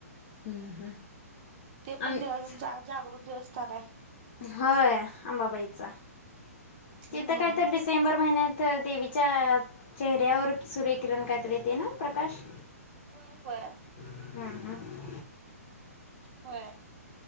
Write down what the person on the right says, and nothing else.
ते पण
देवस्थान जागृत देवस्थान हाय.
हम्म
होय होय.
होय.